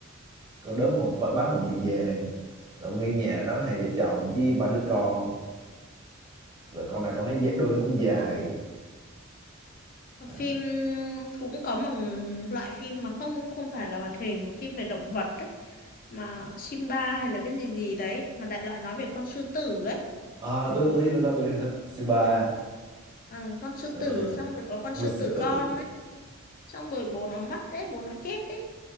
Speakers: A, on the right; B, on the left.
A: con đốm một bá- báo một diện vàng là nguyên nhà nó hai vợ chồng với ba đứa con rồi con nào
B: à,
A: con nấy dạ- đuôi nó cũng dài à,
B: phim cũng có một loại phim mà không không phải là hoạt hình mà phim về động vật ấy. mà Simba hay là cái gì gì đấy mà đại loại nói về con sư tử ấy
A: à tôi tôi biết con đó tôi biết con đó Simba
B: Ờ, con sư
A: uh,
B: tử xong rồi có con
A: vua
B: sư
A: sư
B: tử
A: tử
B: con ấy xong rồi bố nó mất đấy bố nó chết đấy